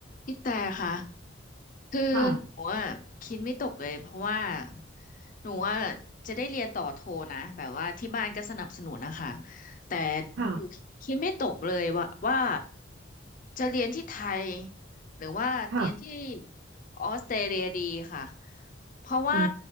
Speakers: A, on the left; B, on the right.
A: พี่แต่ค่ะคือหนูอ่ะคิดไม่ตกเลยเพราะว่า
B: ค่ะ
A: หนูอ่ะจะได้เรียนต่อโทนะแบบว่าที่บ้านก็สนับสนุนนะคะแต่
B: ค่ะ
A: หนูคิดไม่ตกเลยว่าว่าจะเรียนที่ไทยหรือว่าเรียนที่
B: ค่ะ
A: ออสเตรเลียดีค่ะเพราะว่า
B: อื